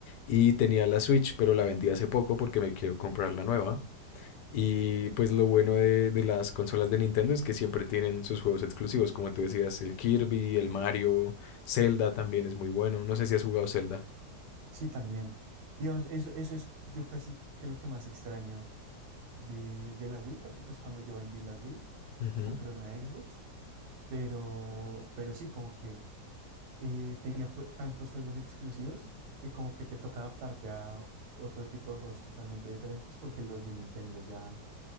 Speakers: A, on the left; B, on the right.
A: Y tenía la Switch, pero la vendí hace poco porque me quiero comprar la nueva. Y pues lo bueno de, de las consolas de Nintendo es que siempre tienen sus juegos exclusivos, como tú decías, el Kirby, el Mario, Zelda también es muy bueno. No sé si has jugado Zelda.
B: Sí, también. Digamos, eso, eso es yo casi que lo que más extraño de, de la Wii, porque pues cuando yo vendí la Wii,
A: Ujú.
B: compré una Xbox, pero, pero sí, como que eh, tenía jue- tantos juegos exclusivos que como que te toca adaptarte a otro tipo de juegos totalmente diferentes, porque los de Nintendo ya